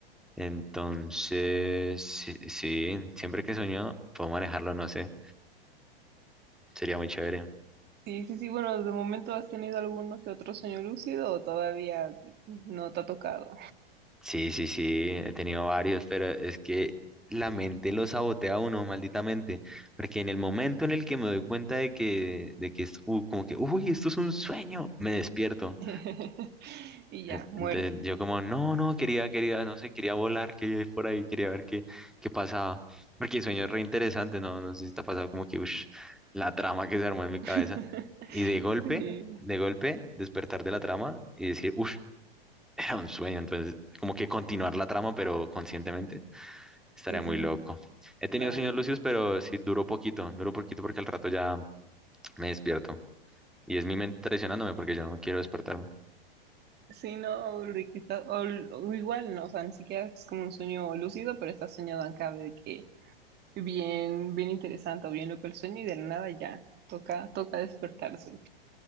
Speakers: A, in the centre; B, on the right.
A: Entonces, sí, sí, siempre que sueño, puedo manejarlo, no sé, sería muy chévere.
B: sí, sí, sí. Bueno, de momento has tenido alguno que otro sueño lúcido o todavía no te ha tocado.
A: Sí, sí, sí, he tenido varios, pero es que la mente lo sabotea a uno, malditamente, porque en el momento en el que me doy cuenta de que, de que es uh, como que, uy, esto es un sueño, me despierto.
B: <laughs> Y ya,
A: En-
B: muere.
A: Entonces yo como, no, no, quería, quería, no sé, quería volar, quería ir por ahí, quería ver qué, qué pasaba, porque el sueño es re interesante, no, no sé si te ha pasado como que, ush, la trama que se armó en mi cabeza,
B: <laughs>
A: y de golpe,
B: Sí,
A: de golpe, despertar de la trama y decir, uff era un sueño, entonces como que continuar la trama, pero conscientemente, estaría
B: sí,
A: muy
B: sí, sí,
A: loco. He tenido
B: la verdad.
A: sueños lúcidos, pero sí duró poquito, duró poquito porque al rato ya me despierto. Y es mi mente traicionándome porque yo no quiero despertarme.
B: Sí, no, Ulrich, está- o, o igual no, o sea, ni siquiera es como un sueño lúcido, pero está soñado acá de que bien, bien interesante o bien loco el sueño y de la nada ya, toca, toca despertarse.